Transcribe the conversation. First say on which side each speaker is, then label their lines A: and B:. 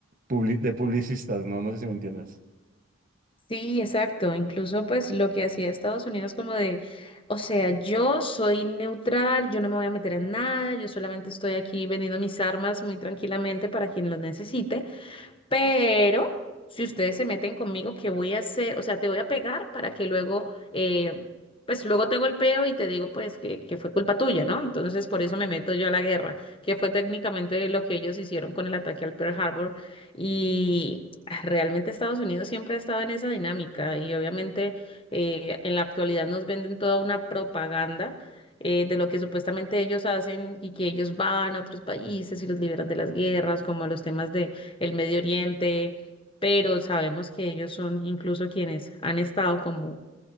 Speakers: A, on the right (about 40°); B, on the left (about 25°).
A: publi- de publicistas, ¿no? No sé si me entiendes.
B: Sí, exacto. Incluso pues lo que hacía Estados Unidos como de, o sea, yo soy neutral, yo no me voy a meter en nada, yo solamente estoy aquí vendiendo mis armas muy tranquilamente para quien lo necesite. Pero si ustedes se meten conmigo, ¿qué voy a hacer? O sea, te voy a pegar para que luego, eh, pues luego te golpeo y te digo, pues, que, que fue culpa tuya, ¿no? Entonces, por eso me meto yo a la guerra, que fue técnicamente lo que ellos hicieron con el ataque al Pearl Harbor. Y ah, realmente Estados Unidos siempre ha estado en esa dinámica y obviamente eh, en la actualidad nos venden toda una propaganda. eh, de lo que supuestamente ellos hacen y que ellos van a otros países y los liberan de las guerras, como a los temas de, el Medio Oriente, pero sabemos que ellos son incluso quienes han estado como,